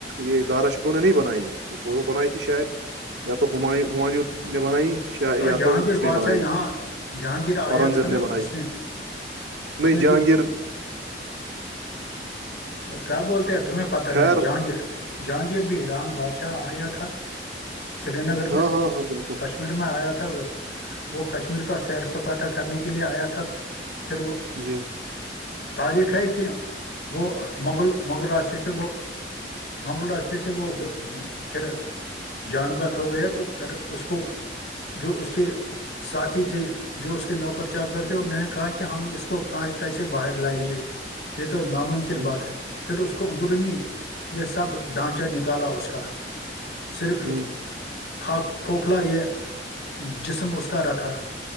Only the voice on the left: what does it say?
اور
جہانگیر
بادشاہ
یہاں جہانگیر آیا
تھا نا
اس اس
نے
بھی کیا بولتے ہیں تمہیں پتہ
نہیں ہے جہانگیر جہانگیر بھی رام بادشاہ آیا تھا سری نگر
میں
کشمیر میں آیا تھا وہ کشمیر کو سیر سپاٹا کرنے کے لے آیا تھا پھر وہ
تاریخ ہے کہ وہ مغل مغل راستے سے وہ مغل راستے سے وہ پھر جان بک ہو گیا تو پھر اس کو جو اس کے ساتھی تھے جو اس کے نوکر چا کرتےے انہوں نے کہا کہ ہم اس کو کیسے باہر لائیں گے یہ تو ناممکن
بات ہے پھر اس کو اندرونی یہ سب ڈھانچا نکالا اس کا صرف
کاک کھوکھلا یہ جسم اس کا رکھا